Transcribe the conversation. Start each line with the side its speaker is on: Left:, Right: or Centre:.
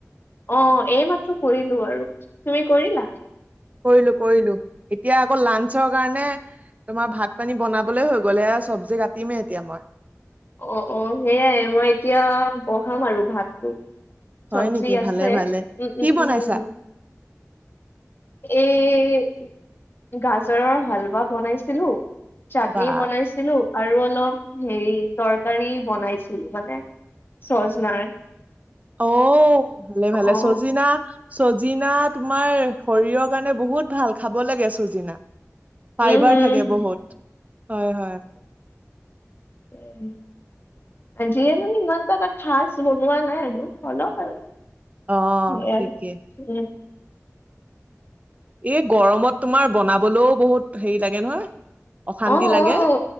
Left: অ এই মাত্ৰ কৰিলোঁ আৰু। তুমি কৰিলা?
Right: কৰিলোঁ কৰিলোঁ। এতিয়া আকৌ লাঞ্চৰ কাৰণে তোমাৰ ভাত পানী বনাবলৈ হৈ গ'ল। এয়া চব্জি কাটিমে এতিয়া মই।
Left: অ অ সেয়াই মই এতিয়া বঢ়াম আৰু ভাতটো। চব্জি
Right: হয় নেকি
Left: আছে।
Right: ভালে ভালে
Left: উম,
Right: কি
Left: উম,
Right: বনাইছা
Left: উম, উম। এই গাজৰৰ হালবা বনাইছিলোঁ। চাটনি
Right: বা
Left: বনাইছিলোঁ আৰু অলপ হেৰী তৰকাৰী বনাইছিলোঁ। মানে চ'চ নাই।
Right: অ, ভালে ভালে
Left: অ
Right: চজিনা চজিনা তোমাৰ শৰীৰৰ কাৰণে বহুত ভাল, খাব লাগে চজিনা। ফাইবাৰ
Left: উম হম
Right: থাকে বহুত। হয় হয়।
Left: তাকে আজিয়ে মানে ইমান এটা তা খাচ বনোৱা নাই আৰু অলপ আৰু।
Right: অ
Left: এয়াই,
Right: ঠিকে
Left: উম।
Right: এই গৰমত তোমাৰ বনাবলৈও বহুত হেৰী লাগে নহয়। অশান্তি
Left: অহ
Right: লাগে
Left: অহ।